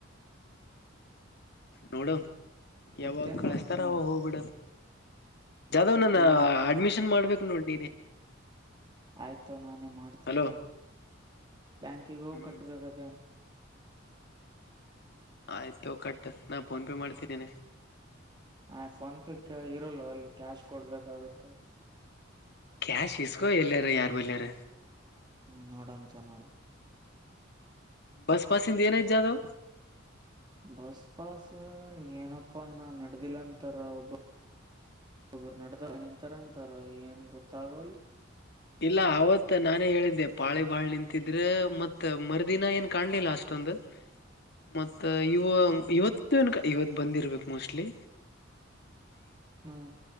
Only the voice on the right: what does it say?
ಮತ್ತೇನ್
ಮಾಡ್ತೇನೆ
ಹಾ
ಆಯ್ತು ನಾನೇ ಮಾಡ್ತಂತು
ಬ್ಯಾಂಕಿಗೆ ಹೋಗಿ
ಕಟ್ಟಬೇಕ್.
ಆ ಫೋನ್ ಪೇ ಅಲ್ಲಿ ಕ್ಯಾಶ್ ಕೊಡ್ಬೇಕಾಗುತ್ತೆ.
ಹ್ಮ್ ನೋಡಂತ ನೋಡ
ಬಸ್ ಪಾಸ್ ಏನಪ್ಪಾ ಏನ ನಡ್ದಿಲ್ಲ ಅಂತಾರ ಒಬ್ಬ ಒಬರು ನಡ್ದ ನಿಂತಾರಂತಾರ ಏನ್ ಗೊತ್ತಾಗಲ್
ಹ್ಮ್